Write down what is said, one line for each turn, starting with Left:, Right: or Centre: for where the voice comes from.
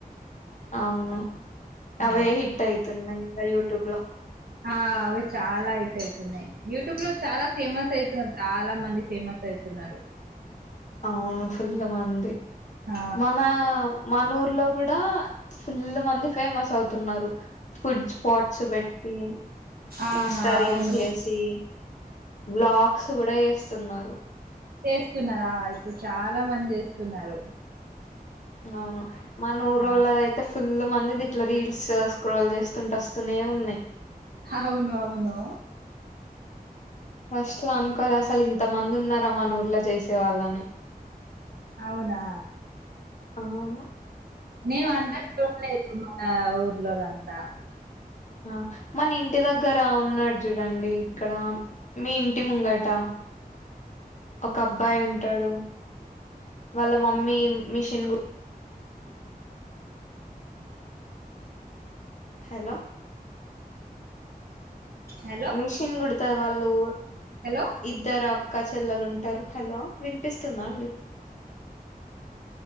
Left: అవును
Right: ఆ
Left: అవే హిట్ అయ్యితున్నాయి ఇక యూ ట్యూబ్ లో
Right: ఆ అవి చాలా హిట్ అయ్యితున్నాయి యూ ట్యూబ్ లో చాలా ఫేమస్ అయ్యితున్నా చాలా మంది ఫేమస్ <unintelligible> తున్నారు
Left: అవును ఫుల్ల మంది
Right: ఆ
Left: మన మన ఊరులో కూడా ఫుల్ మంది ఫేమస్ అవుతున్నారు ఫుడ్ స్పాట్స్ పెట్టి
Right: ఆహా
Left: ఇంస్టా రీల్స్
Right: అవును
Left: చేసి వోల్గాస్ కూడా చేస్తున్నారు
Right: చేస్తున్నారా ఇప్పుడు చాలా మంది చేస్తున్నారు
Left: అవును మన ఊరొలది
Right: ఆ
Left: అయితే ఫుల్ మంది ఇట్ల రీల్స్ స్క్రోల్ చేస్తుంట వస్తూనే ఉన్నాయి
Right: అవును అవును
Left: ఫస్ట్ లో అనుకోల అసలు ఇంత మంది ఉన్నారా మాన ఊర్లో చేసే వాళ్ళని
Right: అవునా
Left: ఆవునా
Right: నేను అంతా చూడలేదు మన ఊర్లో అంతా
Left: ఆ మన ఇంటి దగ్గర ఉన్నాడు చూడండి ఇక్కడ మీ ఇంటి ముంగట
Right: అ
Left: ఒక అబ్బాయి ఉంటాడు వాళ్ళ మమ్మీ మిషన్ గు హలో
Right: హలో
Left: మెషిన్ గుడతారు వాళ్ళు
Right: హలో
Left: ఇద్దర క్ అక్క చెల్లలుంటారు హలో వినిపిస్తుందా అండి